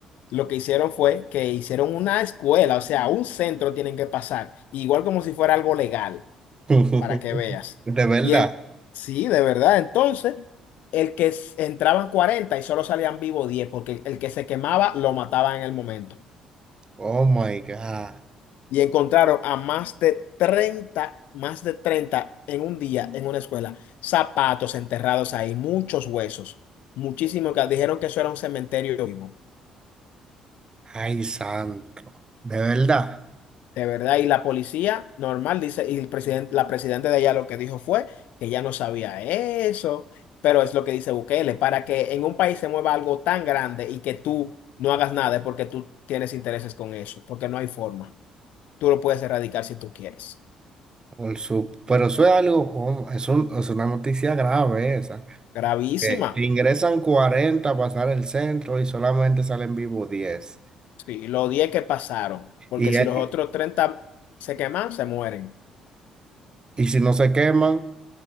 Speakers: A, on the left (about 65°); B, on the right (about 30°).
A: Lo que hicieron fue que hicieron una escuela, o sea, un centro tienen que pasar, igual como si fuera algo legal
B: <laughs>
A: para que veas.
B: De verdad.
A: Y en, sí, de verdad, entonces, el que s- entraban cuarenta y solo salían vivo diez porque el que se quemaba lo mataban en el momento.
B: Oh my God.
A: Y encontraron a más de treinta más de 30 en un día en una escuela, zapatos enterrados ahí, muchos huesos, muchísimo que dijeron que eso era un cementerio vivo.
B: Ay, santo, de verdad.
A: De verdad, y la policía normal dice, y el presidente, la presidenta de allá lo que dijo fue que ya no sabía eso, pero es lo que dice Bukele, para que en un país se mueva algo tan grande y que tú no hagas nada es porque tú tienes intereses con eso, porque no hay forma. Tú lo puedes erradicar si tú quieres.
B: Por su, pero eso es algo, oh, es un- es una noticia grave esa.
A: Gravísima.
B: Que ingresan 40, a pasar el centro y solamente salen vivos 10.
A: Sí, los 10 que pasaron, porque
B: Y,
A: si
B: eh,
A: los otros 30 se queman, se mueren.
B: y, y si no se queman,